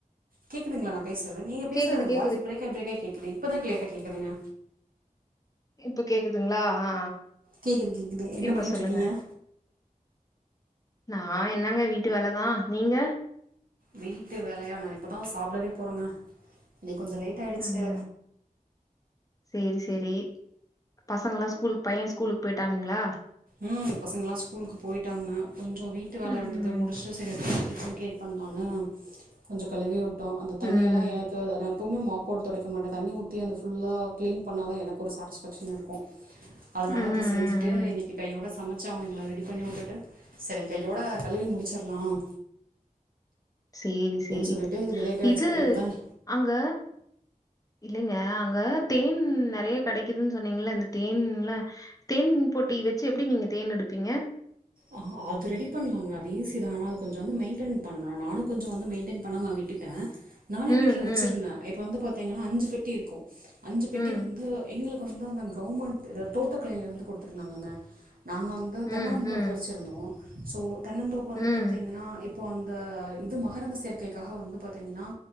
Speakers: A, on the right; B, on the left.
A: கேக்குதுங்களா நா பேசறது நீங்க பேசுறது
B: கேக்குது
A: எனக்கு
B: கேக்குது
A: வாய்ஸ் பிரேக்காகி பிரேக்காகி கேக்குது இப்ப தா கிளியரா கேக்குதுங்க
B: இப்ப கேக்குதுங்களா ஆ
A: கேக்குது கேக்குது என்ன
B: இப்ப
A: பண்ணிட்டு
B: சொல்லுங்க
A: இருக்கீங்க
B: நான் என்னங்க வீட்டு வேலைதா நீங்க
A: வீட்டு வேலையா நா இப்பதா சாப்பிடவே போறங்க இன்னைக்கு கொஞ்ச லேட் ஆயிடுச்சு
B: ம்ம்ம்ம் சேரி சேரி பசங்களா ஸ்கூலுக்கு பையன் ஸ்கூலுக்கு போய்ட்டானுங்களா
A: ம் பசங்கலா ஸ்கூலுக்கு போயிட்டாங்க கொஞ்சம் வீட்டு வேலை
B: ம்
A: இருந்தது முடிச்சுட்டு சரி கிச்சன் கிளீன் பண்லான்னு கொஞ்ச கழுவிவிட்டோம் அந்த தண்ணியெல்லாம்
B: ம் ம்
A: எனக் அதே நா எப்பவுமே மாப் போட்டு துடைக்கமாட்டேன் தண்ணி ஊத்தி அந்த ஃபுல்லா கிளீன் பண்ணாதான் எனக்கு ஒரு சாட்டிஸ்ஃபேக்க்ஷன் இருக்கும் அதனால
B: ம்
A: அப்ப செஞ்சுட்டு
B: ம்
A: இன்னைக்கு கையோட சமைச்சு அவங்கள ரெடி பண்ணி விட்டுட்டு சரி கையோட கழுவி முடிச்சிறலாம்
B: சேரி சேரி
A: சொல்லிட்டு லேட் ஆயிடுச்சு
B: இது
A: இப்பதா
B: அங்க இல்லங்க அங்க தேன் நிறைய கிடைக்குதுன்னு சொன்னீங்கல இந்த தேன்ல தேன் பொட்டி வெச்சு எப்படி நீங்க தேன் எடுப்பீங்க
A: ஆ அது ரெடி பண்லாங்க அது ஈசிதா ஆனா அது கொஞ்சம் வந்து மெயின்டைன் பண்ணனும் நானும் கொஞ்ச வந்து மெயின்டைன் பண்ணாம விட்டுட்டேன் நானே
B: ம்
A: வீட்ல வெச்சிருந்தேன்
B: ம்
A: இப்ப வந்து பாத்தீங்கன்னா அஞ்சு பெட்டி இருக்கும் அஞ்சு பெட்டி
B: ம்
A: வந்து எங்களுக்கு வந்து அந்த கவர்மெண்ட் இது தோட்டக்கலைல இருந்து கொடுத்திருந்தாங்கக நாங்க வந்து
B: ம்,
A: தென்னந்தோப்பு
B: ம்,
A: வச்சிருந்தோம் சோ தென்னந்தோப்பு வந்து
B: ம்,
A: பாத்தீங்கன்னா இப் இப்ப அந்த இது மகரந்த சேர்க்கைக்காக வந்து பாத்தீங்கன்னா